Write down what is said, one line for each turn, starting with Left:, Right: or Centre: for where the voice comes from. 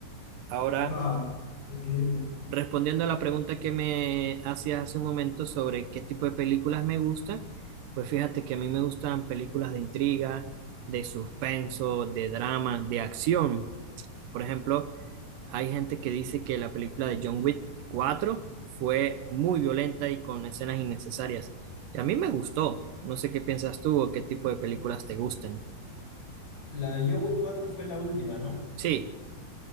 Right: Ahora
Left: <laughs> Ah, increíble.
Right: Respondiendo a la pregunta que me hacías hace un momento sobre qué tipo de películas me gustan, pues fíjate que a mí me gustan películas de intriga, de suspenso, de drama, de acción. Por ejemplo, hay gente que dice que la película de John Wick cuatro fue muy violenta y con escenas innecesarias. Y a mí me gustó. No sé qué piensas tú o qué tipo de películas te gusten.
Left: La de John Wick 4 fue la última, ¿no?
Right: Sí,